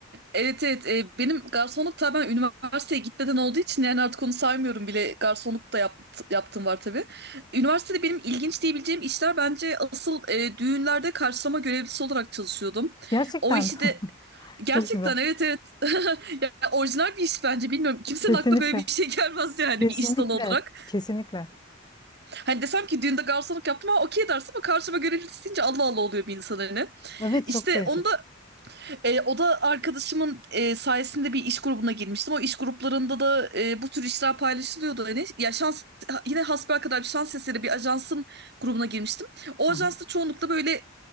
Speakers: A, on the right; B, on the left.
A: Evet evet e, benim garsonluk tabii ben üniversiteye gitmeden olduğu için yani artık onu saymıyorum bile garsonluk da yapt- yaptığım var tabii. Üniversitede benim ilginç diyebileceğim işler bence asıl e, düğünlerde karşılama görevlisi olarak çalışıyordum.
B: Gerçekten
A: O işi
B: <laughs>
A: de gerçekten
B: çok güzel.
A: evet evet <laughs> ya, orijinal bir iş bence bilmiyorum kimsenin
B: Kesinlikle.
A: aklına böyle bir şey <laughs> gelmez yani
B: Kesinlikle.
A: bir iş dalı olarak.
B: Kesinlikle.
A: Hani desem ki düğünde garsonluk yaptım ama okey dersin ama karşıma görevlisi deyince Allah Allah oluyor bir insan hani.
B: Evet
A: İşte
B: çok değişik.
A: onu da E, o da arkadaşımın e, sayesinde bir iş grubuna girmiştim. O iş gruplarında da e, bu tür işler paylaşılıyordu. Yani, ya şans ha- yine hasbelkader bir şans eseri bir ajansın grubuna girmiştim. O ajansta
B: Hı
A: çoğunlukla böyle